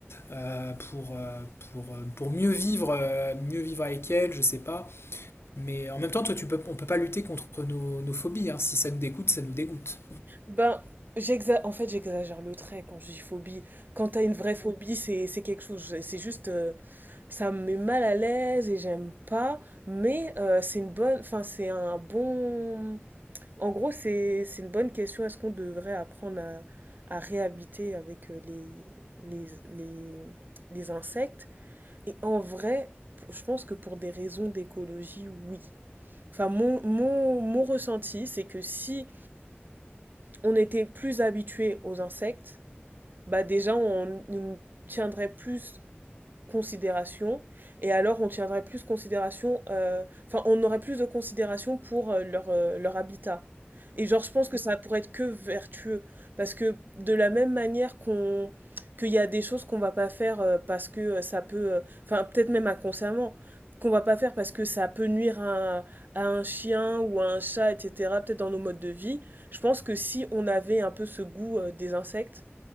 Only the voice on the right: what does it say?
Ben, j'exa- en fait, j'exagère le trait quand je dis phobie. Quand t'as une vraie phobie, c'est c'est quelque chose. je- C'est juste, euh, ça me met mal à l'aise et j'aime pas. Mais euh, c'est une bonne, enfin, c'est un bon. En gros, c'est c'est une bonne question. Est-ce qu'on devrait apprendre à, à réhabiter avec euh, les, les les les insectes? Et en vrai, p- je pense que pour des raisons d'écologie, oui. Enfin, mon mon mon ressenti, c'est que si on était plus habitué aux insectes, bah déjà on nous tiendrait plus considération et alors on tiendrait plus considération euh, enfin on aurait plus de considération pour euh, leur euh, leur habitat. Et genre je pense que ça pourrait être que vertueux parce que de la même manière qu'on qu'il y a des choses qu'on va pas faire euh, parce que euh, ça peut euh, enfin peut-être même inconsciemment qu'on va pas faire parce que ça peut nuire à, un- à un chien ou à un chat, etc., peut-être dans nos modes de vie. Je pense que si on avait un peu ce goût euh, des insectes,